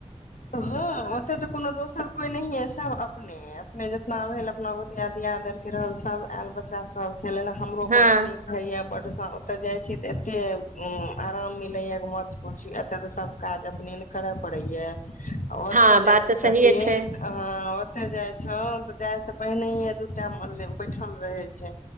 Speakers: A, on the left; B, on the right.
A: हँ ओते तऽ कोनो दोसर कोइ नहिए सब अपने अपने जतना भेल अपना गोतिया दियादरके रहल सब आयल बच्चा सब खेलय लए हमरो
B: हँ
A: बड्ड नीक होइयै बड्ड ओते जाय छी तऽ एते आराम मिले या मत पूछ एते ते सब काज अपने खड़ा पड़ै है ओतऽ
B: हँ बात
A: जाइ छू
B: तऽ
A: सखी
B: सहिए छै
A: हँ ओते जाइ छौ तऽ जाइ से पहिनए दू टा बैठल रहै छै